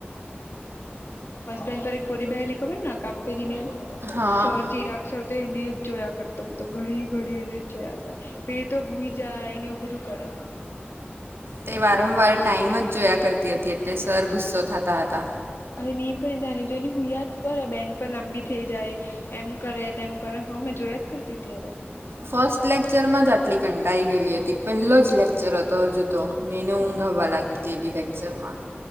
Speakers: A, on the left; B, on the right.
A: બેન્ચ પર એક. છોરી બેહેલી ખબર ને નકાબ પેહરી ને
B: હા
A: સર ચીરાગ સર તો એને જ જોયા કરતો હું તો ઘડી ઘડી એને જ જોયા કર. પે તો હુઈ જાય ને એવું બધું કરે.
B: તે વારંવાર ટાઈમ જ જોયા કરતી હતી એટલે સર ગુસ્સો થતા હતા.
A: અરે નહી પણ જાની જોની હુયા જ કરે બેન્ચ પર લાંબી થઈ જાય. એમ કરે તેમ કરે હોમેં જોયા જ કરતી હતી ત્યારે.
B: ફર્સ્ટ લેક્ચરમાં જ આટલી કંટાળી ગયેલી હતી પહેલો જ લેક્ચર હતો હજુ તો ને એને ઊંઘ
A: હા
B: આવવા લાગી ગયેલી લેક્ચર માં